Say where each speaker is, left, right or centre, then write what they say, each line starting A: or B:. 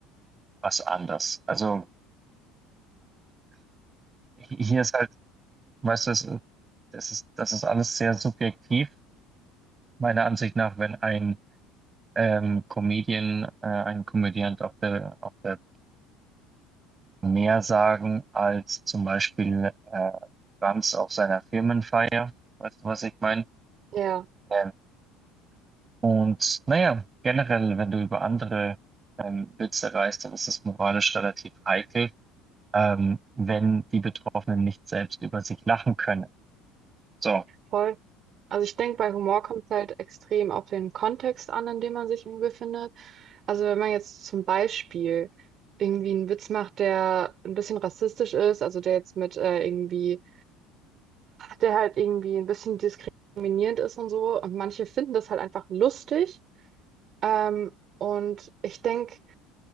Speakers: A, on the right (about 20°); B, on the right (about 40°).
A: was anderes. Also hi- hier ist halt Weißt du, es, äh, das ist, das ist alles sehr subjektiv, meiner Ansicht nach, wenn ein ähm, Comedian, äh, ein Komödiant auf der, auf der mehr sagen als zum Beispiel äh, Rams auf seiner Firmenfeier. Weißt du, was ich meine?
B: Ja,
A: Ähm, und naja, generell, wenn du über andere ähm, Witze reißt, dann ist das moralisch relativ heikel, ähm, wenn die Betroffenen nicht selbst über sich lachen können. So.
B: voll. Also ich denke, bei Humor kommt es halt extrem auf den Kontext an, in dem man sich irgendwie befindet. Also wenn man jetzt zum Beispiel irgendwie einen Witz macht, der ein bisschen rassistisch ist, also der jetzt mit äh, irgendwie der halt irgendwie ein bisschen diskriminierend ist und so. Und manche finden das halt einfach lustig. Ähm, und ich denke,